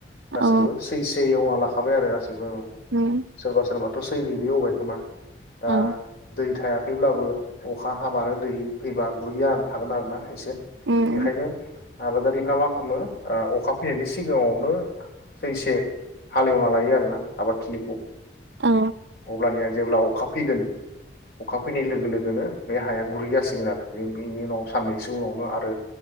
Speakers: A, on the left; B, on the right.
A: गासिबो
B: औ
A: सैसै हेवना लाखाबाय आरो गासिबो औ
B: उम
A: सोरबा सोरबा <unintelligible> एवबाय खोमा। दा
B: औ
A: दै थाया थायोब्लाबो अखा हाबानो दै फैबा गुरै जाना थागोन आरोना एसे ।
B: उम
A: बेखायनो आबादारिफ्रा मा खालामो ओ अखा फैनायनि सिगाङावनो सैसे हालेवना लायो आरो ना आबादथिलिखौ।
B: औ
A: अब्ला निया जेब्ला अखा फैगोन अखा फैनाय लोगो लोगोनो बे हाया गुरै जासिगोन आरो बे-बेनि उनाव साननैसो उनावनो आरो